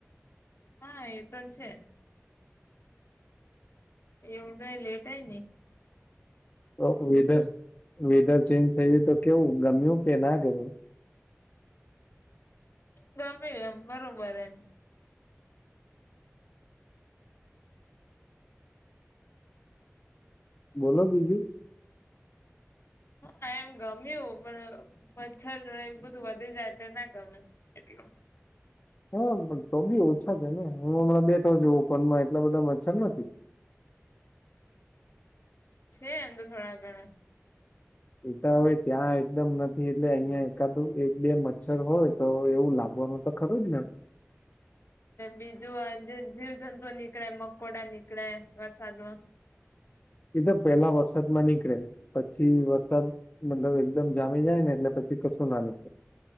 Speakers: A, on the left (about 60°); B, on the left (about 30°).
A: હા એતો જ છે. એવું ઉડાઈ લેટય ને
B: તો વેધર વેધર ચેન્જ થયું તો કેવું ગમ્યું કે ના ગમું.
A: ગમે એમ બરોબર એમ
B: બોલો દીદી.
A: હા એમ ગમ્યું પણ મચ્છર એ બધું વધી જાય તો ના ગમે એટલો
B: હા તો બી ઓછા છે ને હું હમણાં બે થ જોપનમાં એટલા બધા મચ્છર નથી.
A: છે એમ તો થોડા ઘણા.
B: એતા હવે ત્યાં એકદમ નથી એટલે અહિયાં એકાદું એક બે મચ્છર હોય. તો એવું લાગવાનું તો ખરુ જ ને
A: બીજું જે જીવજંતુ નીકળે મકોડા નીકળે વરસાદમાં
B: એ તો પહેલા વરસાદ માં નીકળે. પછી વરસાદ મતલબ એકદમ જામી જાય ને એટલે પછી કશું ના નીકળે